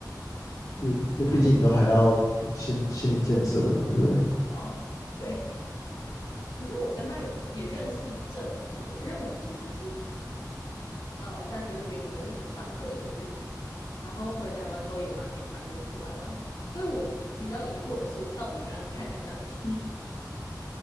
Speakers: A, on the left; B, on the left.
A: 因因为毕竟你都还要心心理建设嘛，
B: 哪里可以
A: 对不对？
B: 哦，<laughs> 对，可是我跟他有也认识一阵子了，因为我们其实是呃在菲律宾，我们有一起上课一个月，然后回台湾之后也蛮频繁约出来玩，所以我比较疑惑的是，我到底哪里看起来像 T？